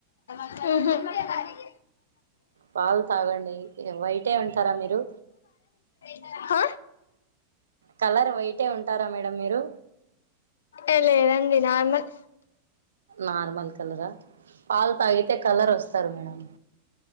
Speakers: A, on the left (about 60°); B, on the right (about 70°).
A: ఉహు
B: పాల్ తాగండి వైటే ఉంటారా మీరు
A: హ
B: కలర్ వైటే ఉంటార మేడమ్ మీరు
A: ఏ లేదండి నార్మల్
B: నార్మల్ కలరా పాల్ తాగితే కలర్ ఒస్తారు మేడమ్